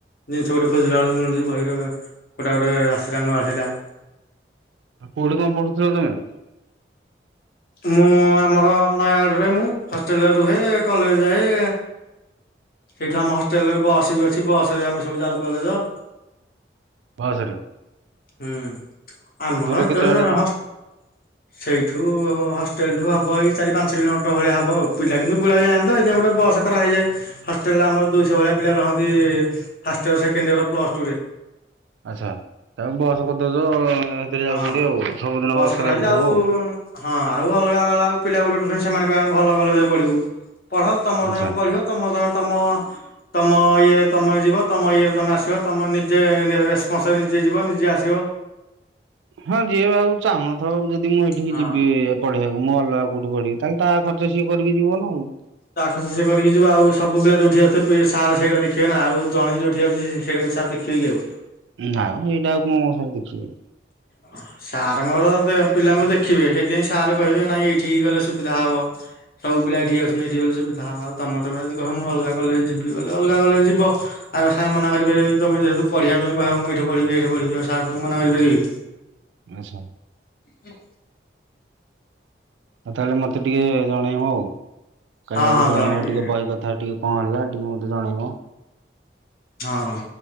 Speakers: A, on the left (about 50°); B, on the right (about 85°).
A: ଜିନିଷ ଗୋଟେ ଖୋଜିଲା ବେଳକୁ ମିଳୁଛି ବହିର ଗୋଟା ଗୋଟେ ଆଶୀଲା ନ ଆସିଲା।
B: ଆଉ କୋଉଠି କଣ ପଢୁଥିଲ ତମେ?
A: ମୁଁ ଆମର ନୟାଗଡ଼ରେ ମୁଁ ହଷ୍ଟେଲରେ ରୁହେ କଲେଜ ଯାଏ ସେଇଠୁ ଆମ ହଷ୍ଟେଲରେ ବସ୍ ବି ଅଛି ବସ ରେ ବି ଆମେ ସବୁ ଯାଉ କଲେଜ।
B: ବସରେ?
A: ହୁଁ ଆମର
B: ଦୂର
A: ହେତେବେଳେ
B: କେତେ ବାଟ ତ
A: ହଷ୍ଟ ସେଇଠୁ ହଷ୍ଟେଲଠୁ ହବ ଏଇ ଚାରି ପାଞ୍ଚ କିଲୋମିଟର ଭଳିଆ ହବ ଆଉ। ପିଲା କିନ୍ତୁ ଗୁଡ଼ାଏ ଯାଆନ୍ତି ତ ହେଥିପାଇଁ ଗୋଟେ ବସ କରାହେଇଯାଏ। ହଷ୍ଟେଲ୍ରରେ ଆମର ଦୁଇଶହ ଭଳିଆ ପିଲା ରହନ୍ତି first year second year plus ଟୁରେ।
B: ଆଚ୍ଛା ତା ବସ କରିଦୋଉଚ ସେଥିରେ ଯାଉଛନ୍ତି
A: ହଁ
B: ଆଉ ସବୁଦିନ
A: ବସ୍
B: ବସ
A: କରାହେଇଛି
B: ଟା ଲାଗୁଥିବ ଆଉ।
A: ହଁ ଆଉ ଅଲଗା ଅଲଗା ପିଲା ଗୋଟେ ଗୋଟେ ଅଛନ୍ତି ସେମାନେ କହିବେ ଆମେ ଭଲ କଲେଜରେ ପଢିବୁ ପଢ ତମର
B: ଆଚ୍ଛା।
A: ତମେ ପଢିବ। ତମର ତମେ ତମ। ତମ ଇଏରେ ତୁମେ ଯିବ ତମ ଇଏରେ ତମେ ଆସିବ ତୁମ ନିଜେ ରେସ୍ପନ୍ସରେ ନିଜେ ଯିବ ନିଜେ ଆସିବ।
B: ହଁ ଯିଏ ଆଉ ଚାହୁଁନଥିବ ଯଦି ମୁଁ ଏଇଠିକି
A: ହଁ
B: ଯିବି ପଢେଇବାକୁ ମୁଁ ଅଲଗା କୋଉଠି ପ। ତାହେଲେ ତାହା ଖର୍ଚ ସିଏ କରିକି ଯିବ ନା ଆଉ।
A: ଆଖ ଚାଷ କରିକି ଯିବ ଆଉ ସବୁ ପିଲା ଯୋଉଠି ଅଛନ୍ତି ସାର ସେଇଟା ଦେଖିବେ ନା ଆଉ ଜଣେ ଯୋଉଠି ଯାଉଚି ଆସେଇଟାକୁ ସ ଦେଖିବ ଠିକ୍ ଆଉ।
B: ନାଁ ଏଇଟା ଆଉ କଣ ସରେ ଦେଖିବି?
A: ହ ସାର ଙ୍କର ପିଲାଙ୍କୁ ଦେଖିବେ ସେଇଥିପାଇଁ ସାର୍ କହିବେ ନାଇଁ ଏଇଠିକି ଗଲେ ସୁବିଧା ହବ ସବୁପିଲା ଏଇଠିକ ଆସୁଛନ୍ତି ଏଠି ଗଲେ ସୁବିଧା ତମେ ଯଦି କହ ମୁଁ ଅଲଗା କଲେଜ ଯିବି ବୋଲେ ଅଲଗା କଲେଜ ଯିବ। ଆଉ ସାର୍ ମନା କରିପାରିବ ତମ ଯେହେତୁଢିବା ପାଇଁ କହିବ ମୁଁ ଏଠ ପଢିବି ଏଠି ପଢିବିଉ ସାର୍ ତେ ମେ କରିପାରିବି?
B: ଆଛା।
A: ହଁ।
B: ଆଉ ତାହେଲେ ମତେ ଟିକେ ଜଣେଇବ ଆଉ କାଲି
A: ହଁ
B: ବେଳକୁ
A: ହଁ
B: ଜଣେଇବ
A: ଜଣେଇବି
B: ଟିକେ ବହି କଥା ଟିକେ କ ଣ ହେଲା ଟିକେ ମୋତେ ଜଣେଇବ।
A: ହଁ।